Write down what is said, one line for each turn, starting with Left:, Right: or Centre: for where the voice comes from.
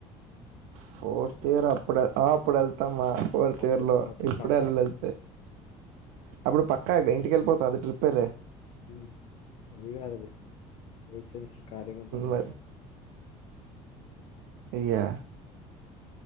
Right: ఫోర్త్ ఇయర్ అప్పుడే ఆ అప్పుడెళ్తామా ఫోర్త్
Left: అప్పుడు
Right: ఇయర్ లో
Left: అప్పుడు
Right: ఇప్పుడే
Left: పక్కా
Right: వెళ్ళాల ఎళ్తే అప్పుడు పక్కాగా ఇంటికెళ్ళిపోతా అది ట్రిప్ ఏలే
Left: ఉమ్ అదిగాద్ బ్రో ఎయిత్ సెమి ఖాళీగుంటాం
Right: మరి
Left: గా
Right: ఇయ్యా